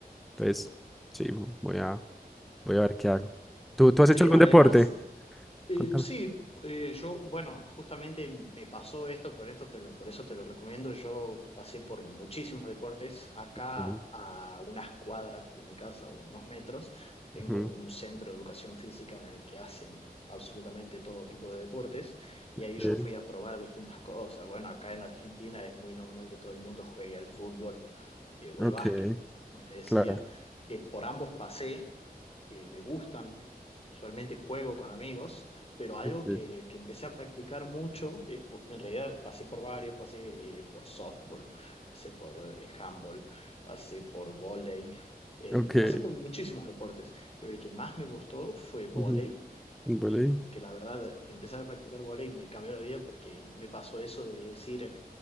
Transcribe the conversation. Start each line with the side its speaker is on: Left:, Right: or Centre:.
Centre: Entonces, sí, voy a, voy a ver qué hago. ¿Tú, tú has
Left: Sí,
Centre: hecho algún
Left: además...
Centre: deporte?
Left: Eh,
Centre: Contame.
Left: sí, eh, yo, bueno, justamente me pasó esto, por esto te lo- por eso te lo recomiendo. Yo pasé por muchísimos deportes. Acá
Centre: Ok,
Left: a unas cuadras de mi casa o unos metros, tengo
Centre: ujú,
Left: un centro de educación física en el que hacen absolutamente todo tipo de deportes y ahí
Centre: sí,
Left: yo fui a probar distintas cosas. Bueno, acá en Argentina es muy normal que todo el mundo juegue al fútbol eh, o
Centre: ok,
Left: al básquet, como te decía,
Centre: claro.
Left: que por ambos pasé, eh, me gustan. Usualmente juego con amigos pero algo
Centre: Okay.
Left: que, que empecé a practicar mucho, eh, bu- en realidad pasé por varios, pasé eh, por softball, pasé por eh, handball, pasé por vóley, eh,
Centre: Ok.
Left: pasé por muchísimos deportes, pero el que más me gustó fue vóley,
Centre: Ujú, Vale.
Left: eh, que la verdad empezar a practicar vóley me cambió la vida porque me pasó eso de decir